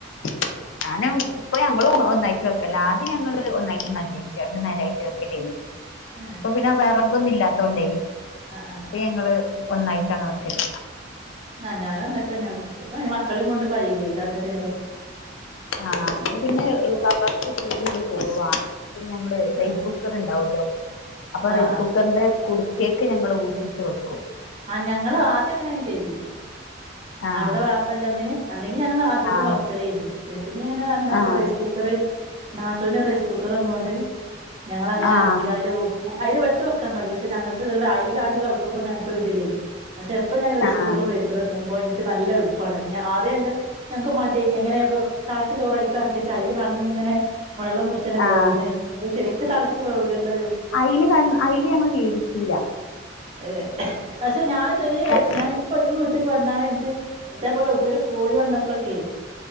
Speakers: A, on the left; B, on the right.
A: <unintelligible> ഇപ്പൊ ഞങ്ങള് ഒന്നായിട്ട് വെക്കല ആദ്യം ഞങ്ങള് ഒന്നായിട്ട് നല്ല രണ്ടു നേരായിട്ട് വെക്കലേനി
B: ആഹ്
A: ഇപ്പൊ പിന്നെ വിറകൊന്നും ഇല്ലാത്തോണ്ടേ
B: ആ
A: പ്പ ഞങ്ങള് ഒന്നായിട്ടാണ് വെക്കല്
B: ആഹ് ഞാനൻ ന്നിട്ട്ന്നെ
A: ഉം
B: വെക്കല് മക്കളി കൊണ്ട് കയില്ലേ രണ്ടു നേരം
A: ആഹ അവിടെ പിന്നെ വാപ്പാക് <unintelligible> ചോറ് വാണം അ ഞങ്ങള് റസ്
B: ആ
A: കു കുക്കർ ഉണ്ടാവുല്ലോ അപ്പൊ
B: ആ
A: റൈസ്
B: ആ
A: കുക്കറിന്റെ കുടുത്തേക്ക് ഞങ്ങ ഊറ്റിച്ച് വെക്കും
B: ആഹ് ഞങ്ങള് ആദ്യം അങ്ങനെ ചെയ്തീന്
A: ആഹ്
B: അവിടെ വാം ല്ലന്ന് അല്ലെങ്കിൽ ഞങ്ങൾ അധികം
A: ആഹ്
B: വക്കലേനി പിന്നെ പിന്നെ ഇങ്ങനെ പറഞ്ഞപ്പ
A: ആഹ്
B: റൈസ് കുക്കർ നാത്തൂന് റൈസ് കുക്കർ വന്നോണ്ട് ഞങ്ങള അങ്ങനെ
A: ആഹ്
B: എറക്കിയാല് അയ്ല് വെട്ട് പക്ഷ ഞങ്ങക്ക് അയ്ല് കാ തെളക്കുമ്പോ ഞങ്ങൾക്ക് ഇതില്ലേനി പക്ഷെ എപ്പ ഞാൻ റൈസ്
A: ആഹ്
B: കുക്കർ ഉപയോഗിക്കുലോടിങ്ങി ഓ ഇൻക്ക് നല്ല എളുപ്പാണ് ഞാൻ ആദ്യം അങ് ഞങ്ങക്ക് മടേനി എങ്ങനേപ്പൊ തളച്ച ചോറയ്ക്കെറക്കിവെച്ചാ അയ്ൽ കടന്ന്ങ്ങനെ വെള്ളം കുടി ച്ചില വേവുന്നേ
A: ആഹ്
B: നമ്മ ശെരിക്ക് തെളച്ച് വേവൂലല്ലോ
A: അയ്ല് ക അയില് ഞങ്ങള് വേവിച്ചൂല
B: ഏ പക്ഷെ ഞാനിതെരേ വയ്ച്ചു
A: ഞ-
B: ഞാൻ ഈ വീട്ട്ക്ക് വന്നാരെ ഇൻക്ക് ഇതെപോല ഓട്ക്കെലും പോയി വന്നപ്പോളൊക്കെ